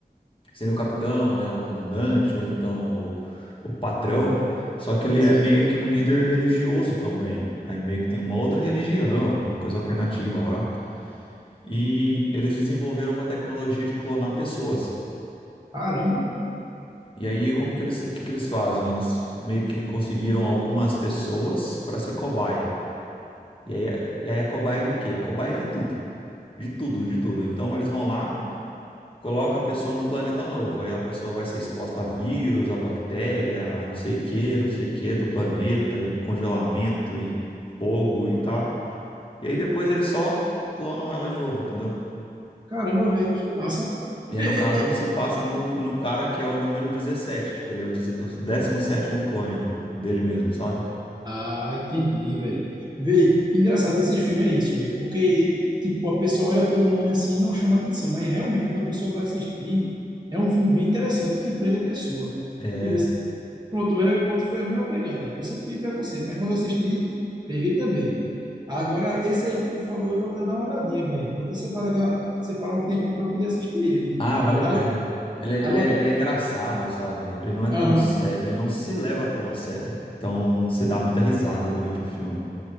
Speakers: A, on the left; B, on the right.
A: seria o capitão, né, o comandante ou então o, o patrão, só que ele
B: Sim.
A: é meio que um líder religioso também. Aí meio que tem uma outra religião, uma coisa alternativa lá. E eles desenvolveram uma tecnologia de clonar pessoas.
B: Caramba.
A: E aí como que eles, o que que eles fazem? Eles meio que conseguiram algumas pessoas para ser cobaia. E aí, a- e aí a cobaia é de quê? A cobaia é de tudo. De tudo, de tudo. Então eles vão lá coloca a pessoa num planeta novo. Aí a pessoa vai ser exposta a vírus, a bactéria, a não sei o que, não sei o que do planeta, e congelamento, e fogo e tal. E aí depois eles só clonam ela de novo, entendeu?
B: Caramba, velho, que massa.
A: E aí,
B: É,
A: no caso,
B: é,
A: se
B: é.
A: passa no, no cara que é o número dezessete, Tipo, ele é o deze- o décimo sétimo clone do- dele mesmo, sabe?
B: Ah, entendi, velho. Véi, engraçado, esses filmes é isso, velho, porque, tipo, a pessoa olha pelo nome assim e não chama atenção, mas realmente, quando a pessoa vai assistir, é um filme bem interessante que prende a pessoa.
A: É...
B: Entendeu? Pronto, o Harry Potter foi a mesma pegada. Eu sempre tive preconceito, mas quando eu assisti, peguei também. Agora, esse aí que tu falou, eu vou até dar uma olhadinha, velho. Vou até separar, dar- separar um tempinho para poder assistir ele.
A: Ah, vale a
B: Agora,
A: pena. Ele é,
B: agora
A: ele é,
B: tu.
A: ele é engraçado, sabe? Ele não é tão
B: Aham.
A: sério, ele não se leva tão a sério. Então, você dá muita risada durante o filme.